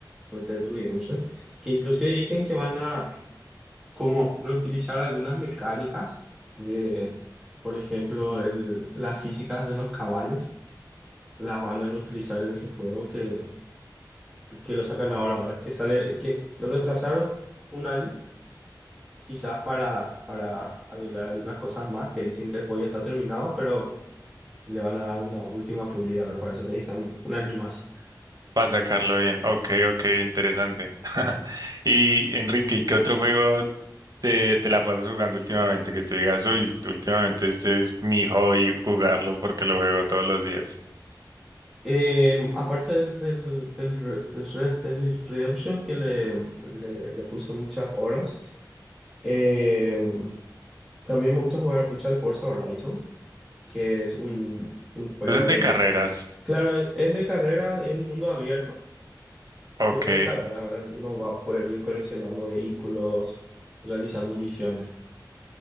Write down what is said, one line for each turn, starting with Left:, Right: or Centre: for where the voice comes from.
Centre: Red Dead Redemption, que inclusive dicen que van a como reutilizar algunas mecánicas de, por ejemplo, el- las físicas de los caballos, las van a reutilizar en ese juego que, que lo sacan ahora, ¿verdad? Que sale, que lo retrasaron un año, quizás para, para arreglar algunas cosas más, que dicen que el juego ya está terminado, pero le van a dar una última pulida, ¿verdad? Para eso necesitan un año más.
Right: Para sacarlo bien. Ok, ok, interesante. <laughs> Y Enrique, ¿y qué otro juego te, te la pasas jugando últimamente? Que te digas, uy, últimamente este es mi hobby jugarlo porque lo juego todos los días.
Centre: Eh, aparte del, del, del, re- del Red Dead Redemption, que le, le, le puse muchas horas. em, También me gusta jugar al futsal Forza Horizon, que es un, un juego
Right: Entonces, de
Centre: de...
Right: carreras.
Centre: Claro, es es de carrera, es un mundo abierto,
Right: Ok,
Centre: pero de carrera, ahora uno va a poder ir coleccionando vehículos, realizando misiones.